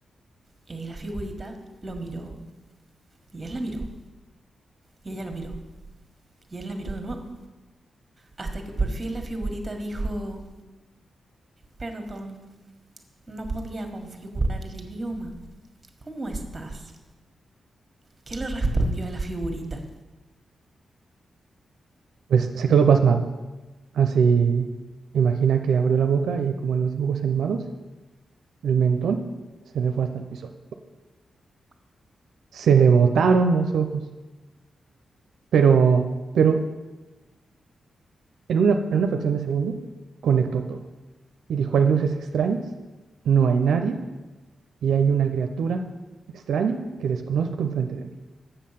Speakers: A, on the right; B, on the right.
A: Y ahí la figurita lo miró y él la miró Y ella lo miró. Y él la miró de nuevo. Hasta que por fin la figurita dijo, perdón, no podía configurar el idioma. ¿Cómo estás? ¿Qué le respondió a la figurita?
B: Pues se quedó pasmado. Así, imagina que abrió la boca y como en los dibujos animados, el mentón se le fue hasta el piso. Se le botaron los ojos. Pero, pero En una, en una fracción de segundo, conectó todo. Y dijo, hay luces extrañas, no hay nadie y hay una criatura extraña que desconozco enfrente de mí.